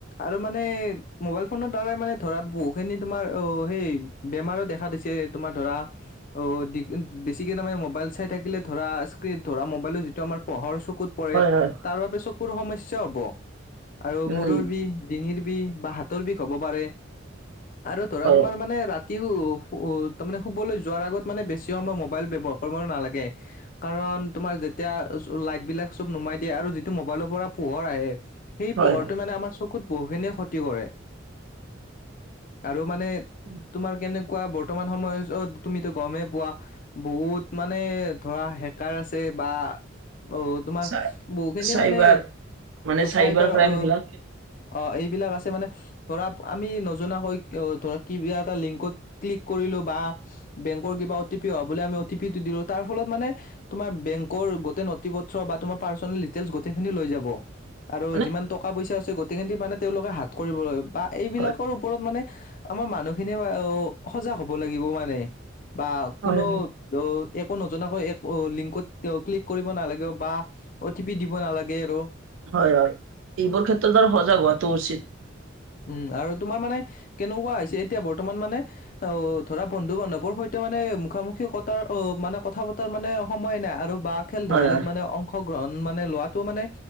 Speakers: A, on the left; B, on the right.
A: আৰু মানে মোবাইল ফোনৰ দ্বাৰাই মানে ধৰা বহু খিনি তোমাৰ অ সেই, বেমাৰো দেখা দিছে, তোমাৰ ধৰা- অ বেছিকে তাৰমানে মোবাইল চাই থাকিলে ধৰা স্ক্ৰীন ধৰা মোবাইলো যিটো আমাৰ পঢ়ৰ চকুত, পৰে
B: হয় হয়
A: তাৰ বাবে চকুৰ সমস্যা হ'ব। আৰু
B: উম
A: মোৰ ডিঙিৰ বিষ বা হাতৰ বিষ হ'ব পাৰে, আৰু ধৰা
B: হয়
A: তোমাৰ মানে ৰাতি তেওঁ তাৰ মানে শুবলৈ যোৱাৰ আগত মানে বেছি সময় মোবাইল ব্যৱহাৰ কৰিব নালাগে। কাৰণ তোমাৰ যেতিয়া লাইট বিলাক চব নুমাই দিয়ে, আৰু যিটো মোবাইলৰ পৰা পোহৰ আহে সেই
B: হয়
A: পোহৰত মানে আমাৰ চকুত বহুখিনিয়ে ক্ষতি কৰে আৰু মানে,
B: উম-
A: তোমাৰ কেনেকুৱা বৰ্তমান সময় যত তুমিতো গমেই পোৱা বহুত মানে ধৰা হেকাৰ আছে বা অ তোমাৰ
B: চাই
A: বহুখিনিয়ে
B: চাইবাৰ
A: মানে
B: মানে
A: চাইবাৰ
B: ক্ৰাইম
A: অ,
B: বিলাক
A: অ এইবিলাক আছে মানে। ধৰা আমি নজনাকৈ ধৰা কিবা এটা লিংকত ক্লিক কৰিলো বা, বেংকৰ কিবা অ টি পি অহা বুলি আমি অ টি পিটো দিলো তাৰ ফলত মানে, তোমাৰ বেংকৰ গোটেই নথিপত্ৰ বা তোমাৰ পাৰ্চনলি দিতেলচ গোটেই খিনি লৈ যাব। আৰু
B: মানে
A: যিমান টকা পইচা আছে, গোটেইখিনি মানে তেওঁলোকে হাত কৰিবলৈ বা এইবিলাকৰো
B: হয়
A: ওপৰত মানে আমাৰ মানুহখিনিয়ে সজাগ হ'ব লাগিব মানে। বা
B: হয়
A: কোনো- ত একো নজনাকৈ একো লিংকত তেওঁ ক্লিক কৰিব নালাগিব বা অ টি পি দিব নালাগে আৰু
B: হয় হয় এইবোৰ ক্ষেত্ৰত বাৰু সজাগ হোৱাটো উচিত।
A: উম, আৰু তোমাৰ মানে কেনেকুৱা হৈছে এতিয়া বৰ্তমান মানে অ' ধৰা বন্ধু বান্ধৱৰ সৈতে মানে মুখামুখি কটাৰ অ' মানে কথা পতাৰ মানে সময় নাই আৰু বা খেল
B: হয়
A: ধেমালিত
B: হয়
A: মানে অংশগ্ৰহণ মানে লোৱাটো মানে